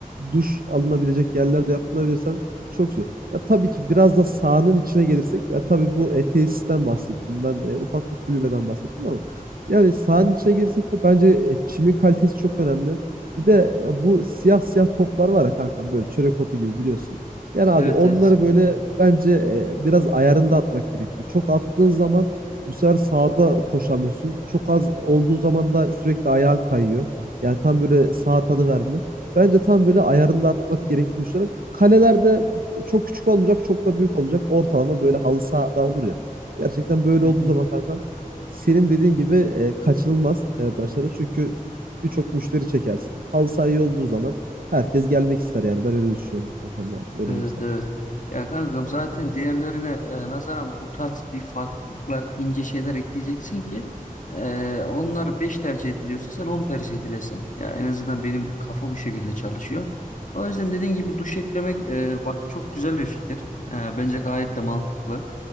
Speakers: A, on the right; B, on the left.
A: duş alınabilecek yerlerde yapılabilirsen çok güzel. Ya tabii ki biraz da sahanın içine gelirsek ya tabii bu e, tesisten bahsettim. Ben e, ufak bir kulübeden bahsettim ama yani sahanın içine girsek de bence e, çimin kalitesi çok önemli. Bir de e, bu siyah siyah toplar var ya kanka böyle çörek otu gibi biliyorsun. Yani abi
B: Evet
A: onları
B: evet.
A: böyle bence e, biraz ayarında atmak gerekiyor. Çok attığın zaman bu sefer sağda koşamıyorsun. Çok az olduğu zaman da sürekli ayağın kayıyor. Yani tam böyle sağ tadı vermiyor. Bence tam böyle ayarında atmak gerektiğini düşünüyorum. Kaleler de çok küçük olmayacak, çok da büyük olmayacak. Ortalama böyle halı sahada olur ya. Gerçekten böyle
B: Hı
A: olduğu
B: hı.
A: zaman kankam senin dediğin gibi e, kaçınılmaz e, başarı. Çünkü birçok müşteri çekersin. Halı saha iyi olduğu zaman Herkes gelmek ister yani. Ben öyle düşünüyorum kankam yani. Öyle
B: Evet
A: diyeyim sana.
B: evet. Ya kankam zaten diğerlerine e, nazaran bu tarz bir farklar ince şeyler ekleyeceksin ki e, onlar 5 tercih ediliyorsa sen 10 tercih edilesin. Ya en azından benim kafa bu şekilde çalışıyor. O yüzden dediğin gibi duş eklemek e, bak çok güzel bir fikir. E, bence gayet de mantıklı.